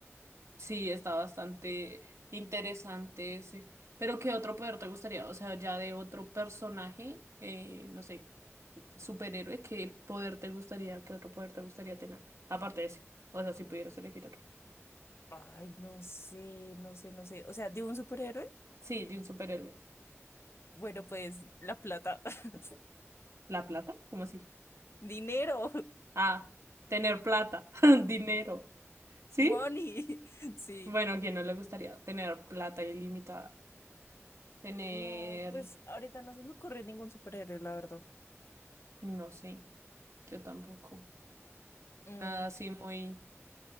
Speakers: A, on the right; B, on the left.
A: Sí, está bastante interesante ese. Pero ¿qué otro poder te gustaría? O sea, ya de otro personaje, eh, no sé. superhéroe, ¿qué poder te gustaría, qué otro poder te gustaría tener? Aparte de ese. O sea, si pudieras elegir otro.
B: <laughs> Ay, no sé, no sé, no sé, o sea, de un superhéroe,
A: Sí, de un superhéroe.
B: bueno, pues la plata, <laughs>
A: ¿La plata? ¿Cómo así?
B: dinero,
A: Ah, tener plata, <laughs> dinero. ¿Sí?
B: money, <laughs> sí.
A: Bueno, ¿a quién no le gustaría tener plata ilimitada? Tener,
B: No, pues ahorita no se me ocurre ningún superhéroe, la verdad.
A: no sé, yo tampoco.
B: Mm,
A: Nada así muy,